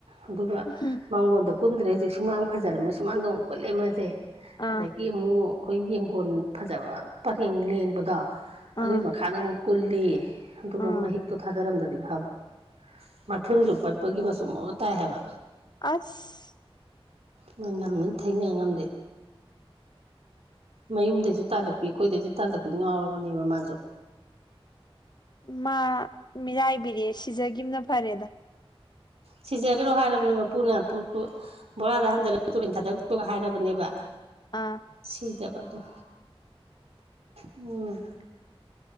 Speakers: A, on the right; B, on the left.
A: ꯑꯗꯨꯒ
B: ꯎꯝ
A: ꯃꯥꯡꯒꯣꯟꯗ ꯀꯨꯟꯗ꯭ꯔꯦ ꯍꯧꯖꯤꯛ ꯁꯨꯃꯥꯡ ꯐꯖꯔꯝꯅꯤꯅ ꯁꯨꯃꯥꯡꯗ ꯑꯃꯨꯛ ꯀꯨꯟꯂꯦ ꯃꯥꯖꯦ
B: ꯑꯥ
A: ꯑꯗꯒꯤ ꯑꯃꯨꯛ ꯑꯈꯣꯏ ꯌꯦꯡꯒꯣꯟ ꯐꯖꯥꯕ ꯄꯥꯔꯦꯡ ꯂꯦꯡꯕꯗꯣ ꯑꯗꯨꯏ
B: ꯑꯥ
A: ꯃꯈꯥꯗ ꯑꯃꯨꯛ ꯀꯨꯜꯂꯤ ꯑꯗꯨꯒ
B: ꯑꯥ
A: ꯃꯍꯤꯛꯇꯣ ꯊꯥꯗꯔꯝꯗ꯭ꯔꯗꯤ ꯐꯥꯕ ꯃꯊꯨꯟꯖꯤ ꯄꯠꯄꯒꯤ ꯃꯆꯨꯝ ꯑꯣ ꯇꯥꯏ ꯍꯥꯏꯕ
B: ꯑꯁ
A: ꯃꯥꯅꯝꯅ ꯊꯩꯅ ꯉꯝꯗꯦ ꯃꯌꯨꯝꯗꯩꯖꯨ ꯇꯥꯜꯂꯛꯄꯤ ꯑꯩꯈꯣꯏꯗꯩꯖꯨ ꯇꯥꯜꯂꯛꯄꯤ ꯉꯥꯎꯔꯕꯅꯦꯕ ꯃꯥꯖꯨ
B: ꯃꯥ ꯃꯤꯔꯥꯏꯕꯤꯔꯦ ꯁꯤꯖꯥꯒꯤꯕꯅ ꯐꯥꯔꯦꯗ
A: ꯁꯤꯖꯒꯦꯔꯣ ꯍꯥꯏꯔꯕꯅꯦ ꯃꯄꯨꯅ ꯄꯨ ꯕꯣꯔꯥꯗ ꯍꯟꯖꯤꯜꯂꯒ ꯇꯨꯔꯦꯟ ꯊꯥꯗꯧꯆꯣꯒ ꯍꯥꯏꯔꯕꯅꯦꯕ
B: ꯑꯥ
A: ꯁꯤꯗꯕꯗꯣ ꯎꯝ